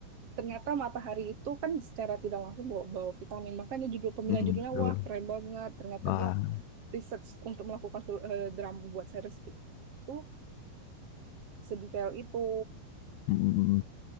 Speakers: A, on the right; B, on the left.
A: ternyata matahari itu kan secara tidak langsung bawa, bawa vitamin. Makanya judul pemilihan
B: Mm, mm,
A: judulnya
B: betul.
A: wah keren banget. Ternyata
B: Wah.
A: dia research untuk melakukan fil- eh, drama buat series itu sedetail itu.
B: Mm, mm, mm.